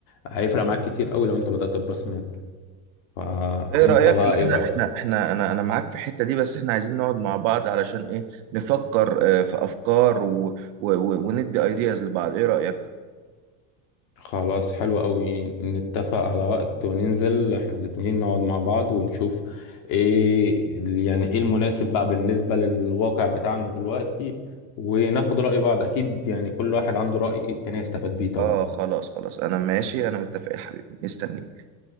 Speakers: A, on the left; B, on the right.
A: هيفرق معاك كتير قوي لو انت بدأت برأس مال فانت
B: ايه رأيك
A: بقى
B: ان
A: ايه رأيك
B: احنا احنا احنا انا انا معاك في الحتة دي بس احنا عايزين نقعد مع بعض علشان ايه نفكر آه، في افكار و و و وندي ايدياز لبعض ايه رأيك
A: خلاص حلو قوي نتفق على وقت وننزل احنا الاتنين نقعد مع بعض ونشوف ايه يعني ايه المناسب بقى بالنسبة للواقع بتاعنا دلوقتي وناخد رأي بعض اكيد يعني كل واحد عنده رأي التاني يستفاد بيه طبعا
B: اه خلاص خلاص انا ماشي انا متفق يا حبيبي مستنيك